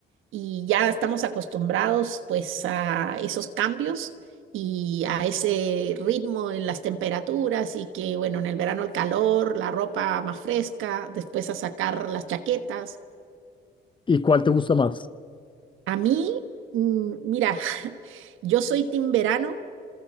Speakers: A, on the right; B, on the left.
A: y ya estamos acostumbrados pues a esos cambios y a ese ritmo en las temperaturas y que bueno, en el verano el calor, la ropa más fresca, después a sacar las chaquetas.
B: ¿Y cuál te gusta más?
A: A mí, mm, mira, <laughs> yo soy team verano,